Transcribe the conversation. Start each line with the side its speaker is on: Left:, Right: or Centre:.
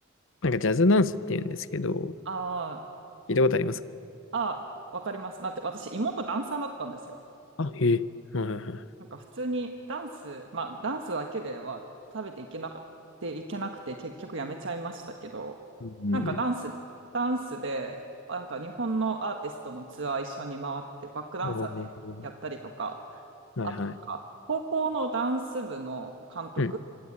Left: なんか、ジャズダンスって言うんですけど、
Right: ああー
Left: 聞いたことありますか
Right: あー、わかります。だって、私、妹ダンサーだったんですよ。
Left: あ、へえ。はいはいはい。
Right: なんか普通にダンス、まあダンスだけでは食べていけなかっていけなくて結局やめちゃいましたけど、
Left: うん。
Right: なんかダンス、ダンスで、なんか日本のアーティストのツアー一緒に回ってバックダンサーでやったりとか、
Left: おーはいはい。
Right: あとなんか高校のダンス部の監督
Left: うん。